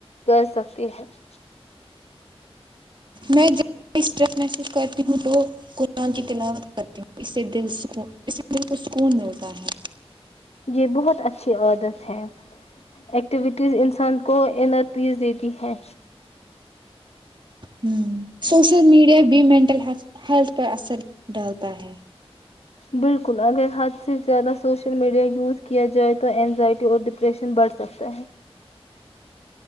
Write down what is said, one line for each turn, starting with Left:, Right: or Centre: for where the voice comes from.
Left: کر سکتی ہے <unintelligible>
Right: میں جو اسٹریس محسوس کرتے ہ تو قرآن کی تلاوت کرتی ہوں اس سے دل سکون اس سے دل کو سکون ملتا ہے
Left: یہ بہت اچھی عادت ہے ایکٹیویٹیز انسان کو انرجی دیتی ہے
Right: ہ سوشل میڈیا بھی مینٹل ہیلتھ پر اثر ڈالتا ہے
Left: بالکل اگر حد سے زیادہ سوشل میڈیا یوز کیا جائے تو انینزائٹی اور ڈپریشن بڑھ سکتا ہے